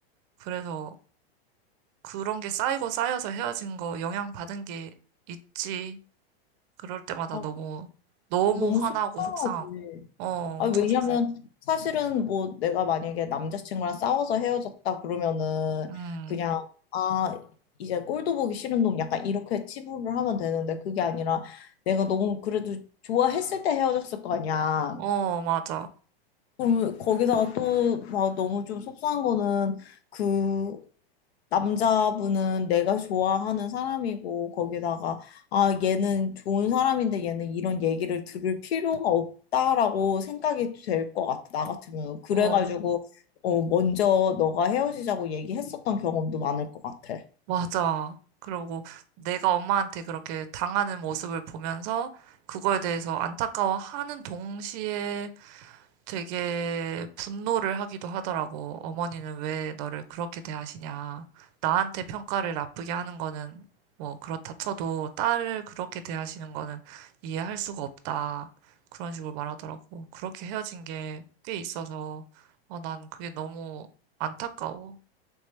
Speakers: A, on the right (about 45°); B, on the left (about 80°).
A: 그래서 그런 게 쌓이고 쌓여서 헤어진 거 영향 받은 게 있지. 그럴 때마다
B: 아,
A: 너무, 너무
B: 너무
A: 화나고
B: 속상하지.
A: 속상하고. 어,
B: 아,
A: 엄청
B: 왜냐면
A: 속상.
B: 사실은 뭐 내가 만약에 남자친구랑 싸워서 헤어졌다 그러면은
A: 음,
B: 그냥 아, 이제 꼴도 보기 싫은 놈 약간 이렇게 치부를 하면 되는데 그게 아니라 내가 너무 그래도 좋아했을 때 헤어졌을 거 아니야.
A: 어, 맞아.
B: 그럼 거기다가 또 막 너무 좀 속상한 거는 그 남자분은 내가 좋아하는 사람이고 거기다가 아 얘는 좋은 사람인데 얘는 이런 얘기를 들을 필요가 없다라고 생각이 될 것 같아 나 같으면 그래가지고
A: 어,
B: 어 먼저 너가 헤어지자고 얘기했었던 경험도 많을 것 같아.
A: 맞아. 그러고 내가 엄마한테 그렇게 당하는 모습을 보면서 그거에 대해서 안타까워하는 동시에 되게 분노를 하기도 하더라고. 어머니는 왜 너를 그렇게 대하시냐. 나한테 평가를 나쁘게 하는 거는 뭐 그렇다 쳐도 딸을 그렇게 대하시는 거는 이해할 수가 없다. 그런 식으로 말하더라고. 그렇게 헤어진 게 꽤 있어서 어, 난 그게 너무 안타까워.